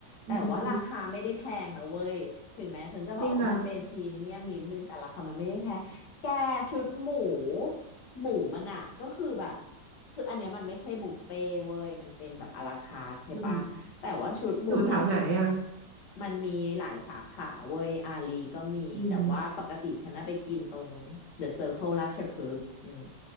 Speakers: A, on the left; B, on the right.
A: แต่ว่าราคาไม่ได้แพงนะเว้ยถึงแม้ฉันจะบอกว่ามันเป็นพรีเมียมนิดนึงแต่ราคามันไม่ได้แพงแกชุดหมู
B: อืมจริงนะ
A: หมูมันอะก็คือแบบคืออันเนี้ยมันไม่ใช่บุฟเฟ่เว้ยมันเป็นแบบอะลาคาร์ทใช่ปะ
B: อืม
A: แต่ว่าชุดหมูอ่ะ
B: อยู่แถวไหนอ่ะ
A: มันมีหลายสาขาเว้ยอาลีก็มีแต่ว่าปกติฉันน่ะไปกินตรงเดอะเซอร์เคิลราชพฤกษ์อืม
B: อืม